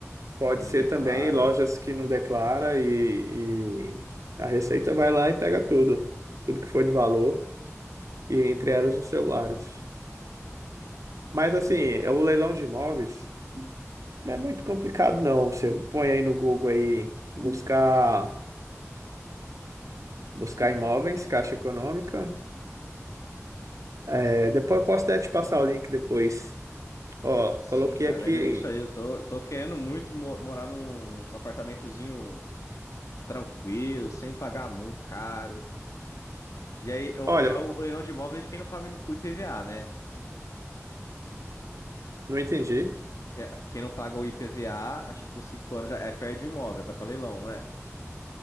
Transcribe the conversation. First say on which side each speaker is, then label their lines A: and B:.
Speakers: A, on the right; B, on the left.
A: Pode
B: e não
A: ser
B: declara.
A: também lojas que não declara e, e a Receita vai lá e pega tudo, tudo que for de valor, e entre elas os celulares. Mas assim, é o leilão de imóveis não é muito complicado, não. Você põe aí no Google aí buscar, buscar imóveis, Caixa Econômica. É, depois eu posso até te passar o link depois. Ó,
B: Sim,
A: coloquei
B: cara,
A: aqui.
B: me ajuda com isso aí. Eu tô, tô querendo muito mo- morar num, num apartamentozinho tranquilo, sem pagar muito caro. E aí, eu,
A: Olha,
B: já o leilão de imóveis é de quem não paga o IPVA, né?
A: não entendi.
B: É, Quem não paga o IPVA, acho que por cinco anos já é, perde o imóvel, vai pra leilão, não é?